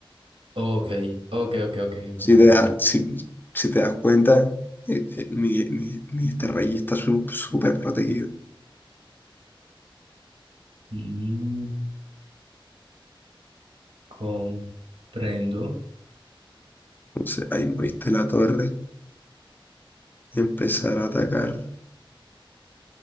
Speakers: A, on the right; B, on the left.
A: Ok, ok, ok, ok, comprendo.
B: Si te, da- si, si te das cuenta, eh, eh, mi, mi- mi este rey está su- súper protegido.
A: Mm, comprendo.
B: Entonces ahí moviste la torre, y empezar a atacar.